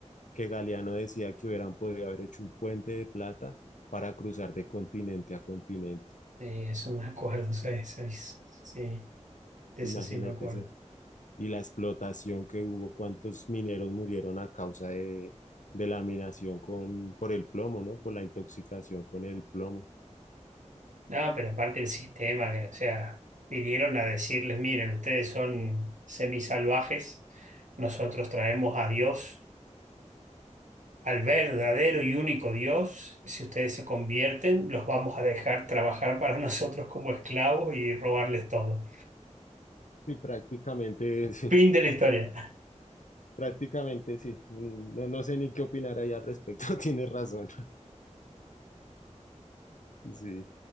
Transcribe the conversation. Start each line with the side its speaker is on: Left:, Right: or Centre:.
Left: que Galeano decía que hubieran podido haber hecho un puente de plata para cruzar de continente a continente.
Right: sí, eso me acuerdo, sí, sí, sí, de
Left: Imagínate
Right: eso sí me acuerdo.
Left: eso. y la explotación que hubo, cuántos mineros murieron a causa de, de la minación con, por el plomo, ¿no? Por la intoxicación con el plomo.
Right: No, pero aparte el sistema, que, o sea, vinieron a decirles, miren, ustedes son semisalvajes, nosotros traemos a Dios, al verdadero y único Dios, si ustedes se convierten, los vamos a dejar trabajar para <laughs> nosotros como esclavos y robarles todo.
Left: Sí, prácticamente, <laughs> sí,
Right: Fin de la historia.
Left: prácticamente sí. Mm, No, no sé ni qué opinar ahí al respecto, <laughs> tienes razón. Sí.